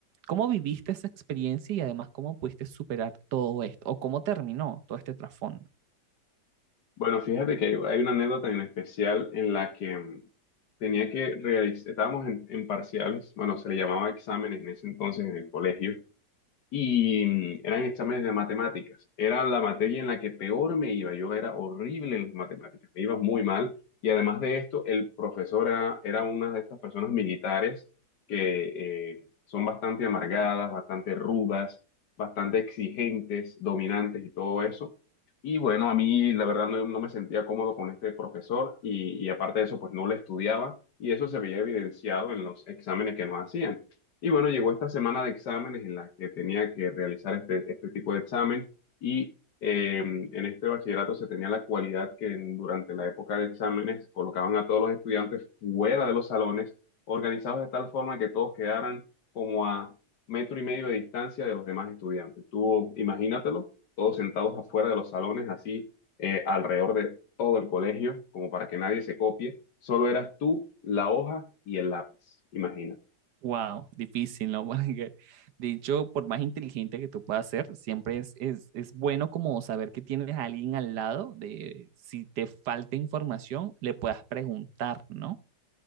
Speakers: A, on the right (about 75°); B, on the left (about 75°).
A: cómo viviste esa experiencia y además cómo pudiste superar todo esto? ¿O cómo terminó todo este trasfondo?
B: Bueno, fíjate que hay una anécdota en especial en la que mm, tenía que realizar, estábamos en, en parciales, bueno, se le llamaba exámenes en ese entonces en el colegio, y mm, eran exámenes de matemáticas. Era la materia en la que peor me iba. Yo era horrible en las matemáticas, me iba muy mal. Y además de esto, el profesor era, era una de estas personas militares que eh, son bastante amargadas, bastante rudas, bastante exigentes, dominantes y todo eso. Y bueno, a mí la verdad no, no me sentía cómodo con este profesor y, y aparte de eso, pues no le estudiaba y eso se veía evidenciado en los exámenes que nos hacían. Y bueno, llegó esta semana de exámenes en la que tenía que realizar este, este tipo de examen y eh, en este bachillerato se tenía la cualidad que en- durante la época de exámenes colocaban a todos los estudiantes fuera de los salones, organizados de tal forma que todos quedaran como a metro y medio de distancia de los demás estudiantes. Tú imagínatelo, todos sentados afuera de los salones, así eh, alrededor de todo el colegio, como para que nadie se copie. Solo eras tú, la hoja y el lápiz. Imagínate.
A: Wow, difícil, ¿no? <laughs> Porque, de hecho, por más inteligente que tú puedas ser, siempre es, es, es bueno como saber que tienes a alguien al lado de si te falta información, le puedas preguntar, ¿no?